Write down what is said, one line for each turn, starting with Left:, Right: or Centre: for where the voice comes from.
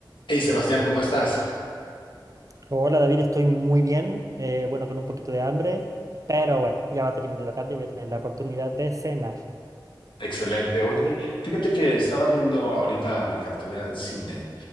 Left: Hey Sebastián, ¿cómo estás?
Right: Hola David, estoy muy bien, eh, bueno, con un poquito de hambre, pero bueno, ya va a terminar la tarde y voy a tener la oportunidad de cenar.
Left: Excelente. Oye, fíjate que estaba viendo ahorita la cartelera del cine.